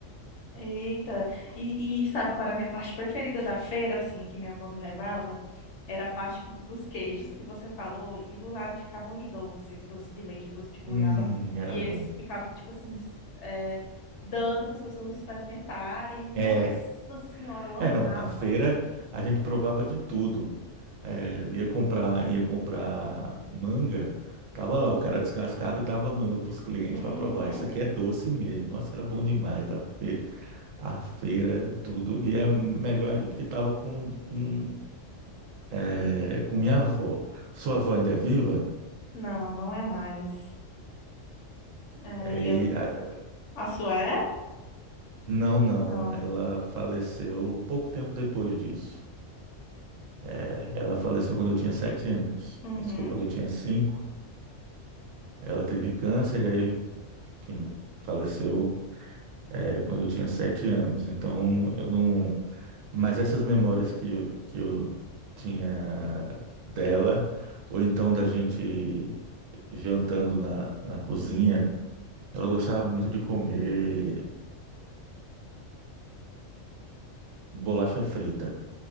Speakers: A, on the left (about 65°); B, on the right (about 80°).
A: Eita, e, e sabe qual era a minha parte preferida da feira, assim, que minha avó me levava? Era a parte que- dos queijos que você falou, e do lado ficavam os doces, doce de leite, doce de goiaba,
B: Hum, era
A: e eles
B: bom.
A: ficavam, tipo assim, s- é, dando para as pessoas experimentarem. Nossa
B: É,
A: Senhora, eu amava.
B: é não, na feira a gente provava de tudo. É, ia comprar, ia comprar manga, tava lá, o cara descascava e dava manga para os clientes
A: Uhum.
B: para provar. Essa aqui é doce mesmo. Nossa, era bom demais. A, fe- a feira, tudo. E é melhor ainda porque tava com, com, é, com minha avó. Sua avó ainda é viva?
A: Não, não é mais. É,
B: É,
A: e eu... A sua é?
B: Não, não.
A: Não.
B: Ela faleceu pouco tempo depois disso. É, ela faleceu quando eu tinha sete anos.
A: Uhum.
B: Isso foi quando eu tinha cinco. Ela teve câncer e aí, enfim, faleceu, é, quando eu tinha sete anos. Então, eu não. Mas essas memórias que, que eu tinha dela, ou então da gente jantando na, na cozinha, ela gostava muito de comer bolacha frita.